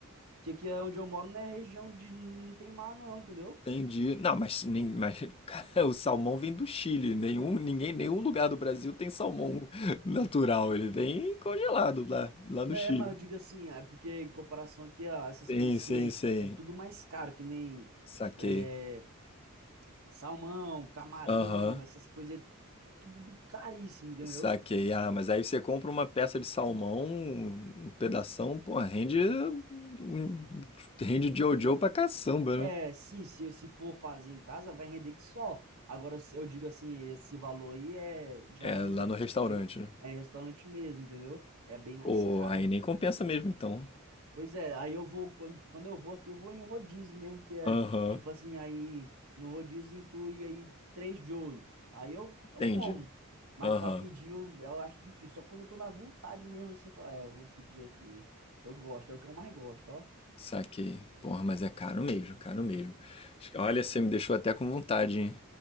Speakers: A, on the right; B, on the left.
A: Que aqui é onde eu moro não é região de. Não tem mar, não, entendeu?
B: Entendi. Não, mas, nem- mas <laughs> cara, o salmão vem do Chile. Nenhum, ninguém, nenhum lugar do Brasil tem salmão <laughs> natural. Ele vem congelado lá, lá
A: Né,
B: do Chile.
A: mas eu digo assim, é porque em comparação aqui a essas
B: Sim,
A: coisas
B: sim,
A: assim, é,
B: sim.
A: é tudo mais caro, que nem
B: Saquei.
A: é, salmão, camarão,
B: Aham.
A: essas coisas, é tudo caríssimo, entendeu?
B: Saquei. Ah, mas aí você compra uma peça de salmão, um pedação, pô, rende, um- rende Jojo pra caçamba,
A: É,
B: né?
A: sim, se, se for fazer em casa, vai render que só. Agora, se eu digo assim, esse valor aí é já
B: É,
A: em,
B: lá no restaurante,
A: em-
B: né?
A: é em restaurante mesmo, entendeu? É bem mais
B: Pô,
A: caro.
B: aí nem compensa mesmo então.
A: Pois é, aí eu vou, quando, quando eu vou aqui, eu vou em rodízio mesmo, que é
B: Aham,
A: tipo assim, aí no rodízio inclui aí três Joey. Aí eu,
B: entendi.
A: eu como. Mas
B: Aham,
A: pra pedir eu, eu acho difícil. Só quando eu tô na vontade mesmo, assim, eu falo, é, eu vou pedir aqui. Eu gosto, é o que eu mais gosto, ó.
B: saquei. Porra, mas é caro mesmo, caro mesmo. Acho que- Olha, você me deixou até com vontade, hein?